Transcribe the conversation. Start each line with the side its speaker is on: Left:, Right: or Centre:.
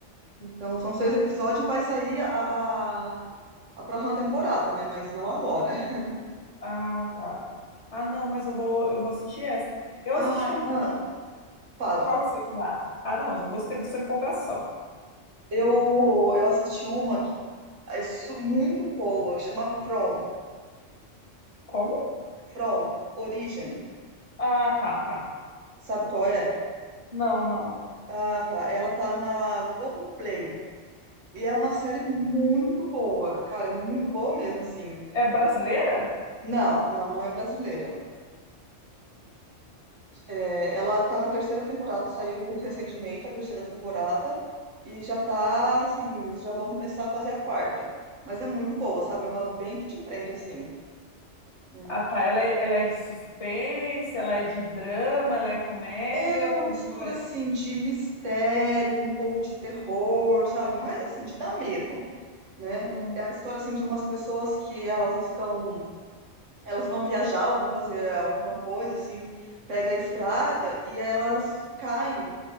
Right: Então, são
Left: Ah,
Right: seis episódios e vai sair a, a, a próxima temporada, né? Mas não agora. <laughs>
Left: ah, tá. Ah, não, mas eu vou, eu vou assistir essa. Eu assisti
Right: Ah,
Left: um.
Right: ah,
Left: que-
Right: fala.
Left: Qual que você lá? Ah, ah, não, já gostei da sua empolgação.
Right: Eu, eu assisti uma que é su- muito boa, chama From.
Left: Como?
Right: From, Origem.
Left: Ah, tá, tá.
Right: Sabe qual é?
Left: Não, não.
Right: Ah, tá. Ela tá na Globoplay. E é uma série muito boa, cara, muito boa mesmo, assim.
Left: É brasileira?
Right: Não, não, não é brasileira. É, ela tá na terceira temporada, saiu recentemente a terceira temporada e já tá, assim, já vão começar a fazer a quarta. Mas é muito boa, sabe? É uma bem que te prende, assim. né?
Left: Ah, tá. Ela é, ela é de suspense, ela é de drama, ela é comédia.
Right: Ela é uma
Left: Como
Right: mistura,
Left: que ela é?
Right: assim, de mistério com um pouco de terror, sabe? Não é, assim, de dar medo, né?
Left: Ah,
Right: É a história, assim, de umas pessoas que elas estão... Elas vão viajar ou vão fazer alguma coisa, assim, pega a estrada e elas caem